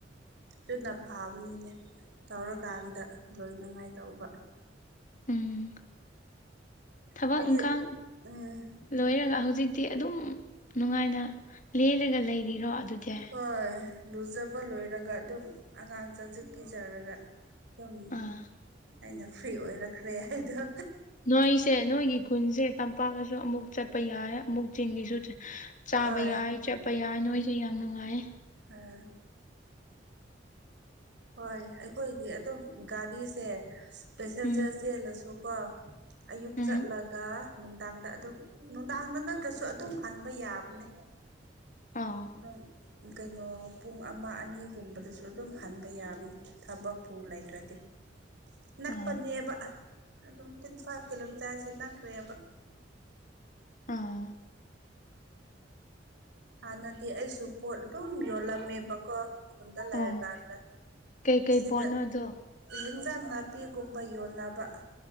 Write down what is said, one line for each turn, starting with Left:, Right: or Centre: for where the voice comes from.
Right: ꯗꯨꯅ ꯐꯥꯕꯅꯤꯅꯦ ꯇꯧꯔꯀꯥꯟꯗ ꯂꯣꯏꯅꯉꯥꯏ ꯇꯧꯕ
Left: ꯎꯝ ꯊꯕꯛ
Right: ꯅꯣꯏꯗꯤ
Left: ꯏꯪꯈꯥꯡ
Right: ꯎꯝ
Left: ꯂꯣꯏꯔꯒ ꯍꯧꯖꯤꯛꯇꯤ ꯑꯗꯨꯝ ꯅꯨꯡꯉꯥꯏꯅ ꯂꯦꯜꯂꯒꯥ ꯂꯩꯔꯤꯔꯣ ꯑꯗꯨꯗꯤ
Right: ꯍꯣꯏ ꯂꯨꯖꯕ ꯂꯣꯏꯔꯒ ꯑꯗꯨꯝ ꯑꯉꯥꯡ ꯆꯖꯤꯛ ꯄꯤꯖꯔꯒꯥ ꯑꯗꯨꯝ
Left: ꯑꯥ
Right: ꯑꯩꯅ ꯐ꯭ꯔꯤ ꯑꯣꯏꯔꯛꯈ꯭ꯔꯦ ꯍꯥꯏꯗꯣ
Left: ꯅꯣꯏꯁꯦ ꯅꯣꯏꯒꯤ ꯈꯨꯟꯁꯦ ꯇꯝꯄꯥꯛꯀꯁꯨ ꯑꯃꯨꯛ ꯆꯠꯄ ꯌꯥꯏ ꯑꯃꯨꯛ ꯆꯤꯡꯒꯤꯁꯨ ꯆꯥꯕ
Right: ꯍꯣꯏ
Left: ꯌꯥꯏ ꯆꯠꯄ ꯌꯥꯏ ꯅꯣꯏꯁꯦ ꯌꯥꯝ ꯅꯨꯡꯉꯥꯏꯌꯦ
Right: ꯑ ꯍꯣꯏ ꯑꯩꯈꯣꯏꯗꯤ ꯑꯗꯨꯝ ꯒꯥꯔꯤꯁꯦ ꯄꯦꯁꯦꯟꯖꯔ
Left: ꯎꯝ
Right: ꯆꯦꯜꯂꯁꯨꯀꯣ ꯑꯌꯨꯛ
Left: ꯎꯝ
Right: ꯆꯠꯂꯒ ꯅꯨꯡꯗꯥꯡꯗ ꯑꯗꯨꯝ ꯅꯨꯡꯗꯥꯡꯗ ꯅꯠꯇ꯭ꯔꯁꯨ ꯑꯗꯨꯝ ꯍꯟꯕ ꯌꯥꯕꯅꯦ
Left: <inaudible> ꯑꯥ
Right: ꯑꯗꯨꯝ ꯀꯩꯅꯣ ꯄꯨꯡ ꯑꯃ ꯑꯅꯤꯒꯨꯝꯕꯗꯁꯨ ꯑꯗꯨꯝ ꯍꯟ ꯕ ꯌꯥꯕꯅꯤ ꯊꯕꯛꯄꯨ ꯂꯩꯇ꯭ꯔꯗꯤ ꯅꯛꯄꯅꯦꯕ
Left: ꯑꯥ
Right: ꯑꯗꯨꯝ ꯇ꯭ꯋꯦꯟꯇꯤ ꯐꯥꯏꯚ ꯀꯤꯂꯣꯃꯤꯇꯔꯁꯦ ꯅꯛꯈ꯭ꯔꯦꯕ
Left: ꯑꯥ
Right: ꯍꯥꯟꯅꯗꯤ ꯑꯩꯁꯨ ꯄꯣꯠ ꯑꯗꯨꯝ ꯌꯣꯜꯂꯝꯃꯦꯕ ꯀꯣ ꯈꯨꯟꯗ ꯂꯩꯔꯀꯥꯟꯗ
Left: ꯑꯥ ꯀꯩꯀꯩ
Right: ꯁꯤꯗ
Left: ꯄꯣꯠꯅꯣꯗꯣ
Right: ꯍꯦꯟꯖꯥꯡ ꯅꯥꯄꯤꯒꯨꯝꯕ ꯌꯣꯟꯅꯕ